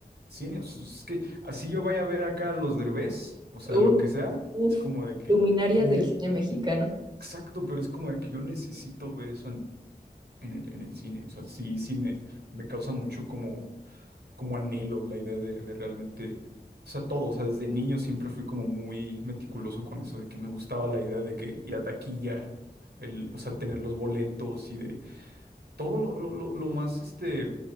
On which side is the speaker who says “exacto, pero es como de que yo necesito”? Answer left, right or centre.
Right